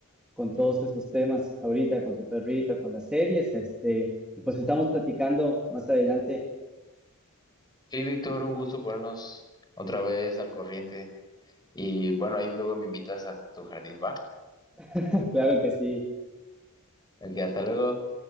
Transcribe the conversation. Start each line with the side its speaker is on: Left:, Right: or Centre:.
Centre: con todos esos temas ahorita, con tu perrita, con las series, este, y pues estamos platicando más adelante,
Left: Sí, Víctor, un gusto ponernos otra vez al corriente. Y bueno, ahí luego me invitas a tu jardín, ¿va?
Centre: <laughs> claro que sí.
Left: Ok, hasta luego.